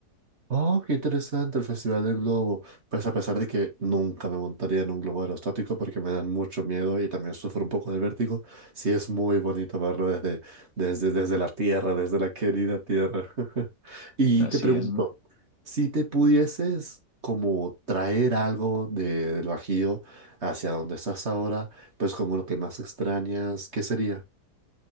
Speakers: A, on the right; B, on the left.
A: Oh, qué interesante el Festival del Globo. Pues a pesar de que nunca me montaría en un globo aerostático porque me dan mucho miedo y también sufro un poco de vértigo, sí es muy bonito verlo desde, desde, desde la tierra, desde la querida tierra. <laughs> Y
B: Así
A: te pregunto,
B: es, ¿no?
A: si te pudieses como traer algo de, del Bajío hacia donde estás ahora, pues como lo que más extrañas, ¿qué sería?